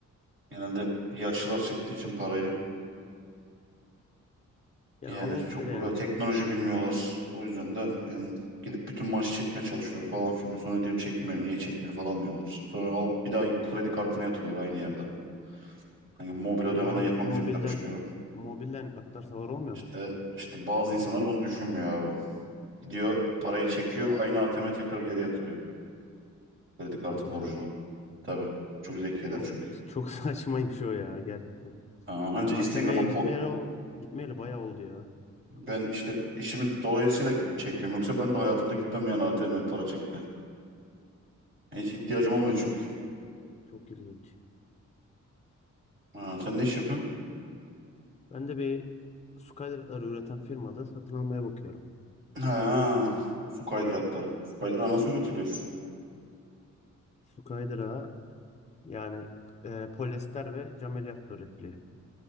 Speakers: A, on the right; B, on the left.
A: genelde hep yaşlılar çektiği için parayı
B: Ya
A: Yani
B: olabilir
A: çok
B: yani.
A: e, teknoloji bilmiyorlar. O yüzden de yani gidip bütün maaşı çekmeye çalışıyorlar falan filan. Sonra diyor çekmiyor, niye çekmiyor falan diyorlar. Sonra alıp bir daha kredi kartını yatırıyorlar aynı yerden. Hani mobil ödemeden
B: E bunu
A: yapamayacaklarmış
B: mobilden
A: gibi.
B: mobilden aktarsalar olmuyor
A: İşte
B: mu?
A: işte bazı insanlar bunu düşünmüyor abi. Gidiyor
B: Hmm,
A: parayı çekiyor, aynı ATM'e tekrar geri yatırıyor kredi kartı
B: Hadi ya.
A: borcunu. Tabii. Çok zekiler
B: O
A: çünkü.
B: çok <laughs> saçmaymış o ya gerçekten.
A: Aa,
B: Ben
A: Anca
B: ATM'ye
A: Instagram'a po-
B: gitmeyeli ol- gitmeyeli bayağı oldu ya.
A: ben işte işimiz dolayısıyla gidip çekiyorum. Yoksa ben de hayatımda gitmem yani ATM'ye para çekme. Hiç ihtiyacım olmuyor çünkü.
B: Çok ilginç.
A: Ha, sen ne iş yapıyorsun?
B: Ben de bir Skyder'ları üreten firmada satın almaya bakıyorum.
A: Ha, su kaydırakları. Su kaydırağı nasıl üretiliyor?
B: Skyder'a yani e, polyester ve cam elyafla üretiliyor.